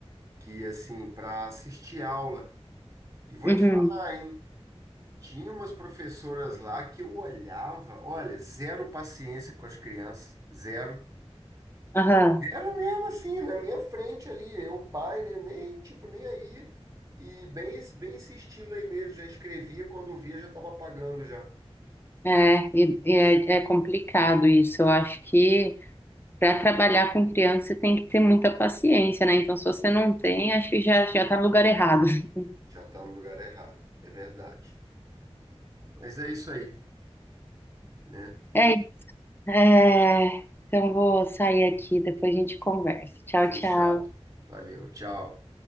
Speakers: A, on the right; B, on the left.
A: que assim, para assistir aula. E vou
B: uhum,
A: te falar, hein? Tinha umas professoras lá que eu olhava, olha, zero paciência com as crianças, zero.
B: aham.
A: Deram mesmo assim, na minha frente ali, eu, pai, né? Nem, tipo, nem aí. E bem, esse- bem esse estilo aí mesmo, já escrevia, quando via já estava apagando já.
B: É, e, e é, é complicado isso. Eu acho que para trabalhar com criança você tem que ter muita paciência, né? Então, se você não tem, acho que já, já tá no lugar errado. <laughs>
A: Já tá no lugar errado, é verdade. Mas é isso aí, né?
B: É, isso. é, então, vou sair aqui, depois a gente conversa. Tchau,
A: Fechado.
B: tchau.
A: Valeu, tchau.